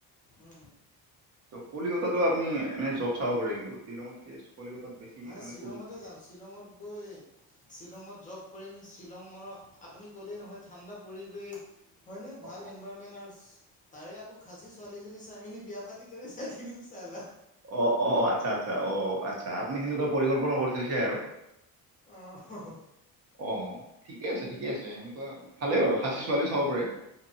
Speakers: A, on the left; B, on the right.
A: হুম।
B: ত কলিকতাতো আপুনি এনে জব চাব পাৰে কিন্তু শ্বিলঙতকে কলিকতাত বেছি
A: নাই
B: মানে
A: শ্বিলঙতে
B: সুযোগ
A: যাম শ্বিলঙত গৈ। শ্বিলঙত জব কৰিম শ্বিলঙত আপুনি ক'লেই নহয় ঠাণ্ডা পৰিৱেশ। হয় নে ভাল
B: অ', অ'।
A: এনৱাৰ্ড। মেনাৰছ তাৰে আকৌ খাচী ছোৱালী এজনী চাই মেলি বিয়া পাতি দে কিনিম চালা।
B: অ অ আচ্ছা আচ্ছা অ আচ্ছা আপুনি সেনেকোৱা পৰিকল্পনা কৰিছে থৈছে আৰু।
A: অহ হহ
B: অ', ঠিকে আছে- ঠিকে আছে এনেকুৱা ভালেই বাৰু খাচী ছোৱালীও চাব পাৰে।